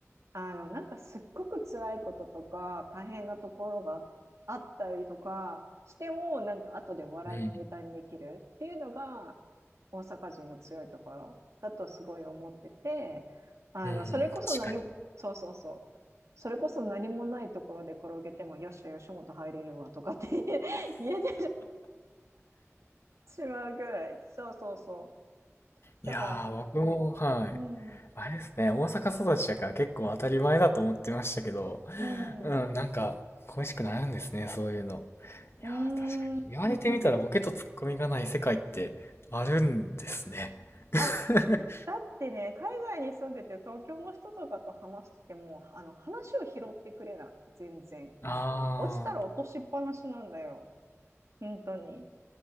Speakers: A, on the right; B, on the left.
A: あの、なんかすっごく辛いこととか、大変なところがあったりとかしても、なんか後で笑いのネタにできるっていうのが、
B: うん。
A: 大阪人の強いところだとすごい思ってて、あの、
B: うん。
A: それこそ何もそうそうそう。
B: 確かに。
A: それこそ何もないところで転げても、よっしゃ、吉本入れるわとかって言え <laughs> 言えてしまうぐらい。そうそうそう。
B: いやー、
A: だから、
B: 僕も、はい。
A: うん、
B: あれですね、大阪育ちだから結構当たり前だと思ってましたけど、
A: うん、
B: うん、
A: う
B: なんか恋しくなるんですね、そういうの。いやー、
A: ーん、
B: 確かに。言われてみたらボケとツッコミがない世界ってあるんですね。
A: ボケと、
B: <laughs>
A: あ、だってね、海外に住んでて東京の人とかと話してても、あの、話を拾ってくれない、全然。
B: ああ。
A: 落ちたら落としっぱなしなんだよ、本当に。